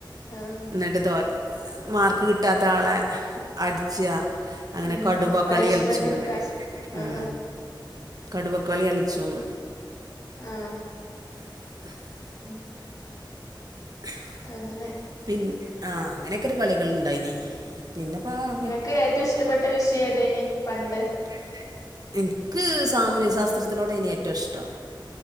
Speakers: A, on the left; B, on the right.
A: ആഹ്
B: എന്നിട്ട് തോ മാർക്ക് കിട്ടാത്ത ആളെ അടിച്ചാ അങ്ങനെ
A: ഉം
B: കടുവക്കളി
A: പനിഷ്മെന്റ്
B: അല്ച്ചും ഉം
A: എടുക്കാ ആഹ്
B: ഉം കടുവക്കളി അല്ച്ചും.
A: ആഹ്
B: <inaudible>
A: ഉം
B: <inaudible>
A: അങ്ങനെ
B: പിന്ന് ആഹ് അങ്ങനെക്കൊരു കളികൾ ഇണ്ടായിനി. പിന്നെപ്പവം
A: ഇങ്ങക്ക് ഏറ്റവും ഇഷ്ടപ്പെട്ട വിഷേയം ഏതേനി പണ്ട്.
B: പണ്ട് ഇൻക്ക് സാമൂഹിക ശാസ്ത്രത്തിനോടേനി ഏറ്റവും ഇഷ്ടം.